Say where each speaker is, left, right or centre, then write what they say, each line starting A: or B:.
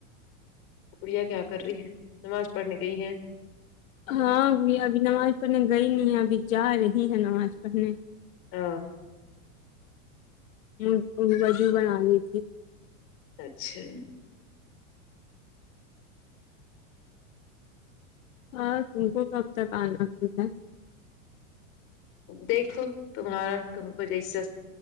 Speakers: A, on the left; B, on the left.
A: گڑیا کیا کر رہی ہے نماز پڑھنے گئی ہے
B: ہاں وہ ابھی نماز پڑھنے گئی نہیں ہے ابھی جا رہی ہے نماز پڑھنے
A: آ
B: م وضو بنارہی تھی
A: اچھا
B: ہاں تم کو کب تک آنا ہی ہے
A: دیکھو تمہارا تم کو جیسا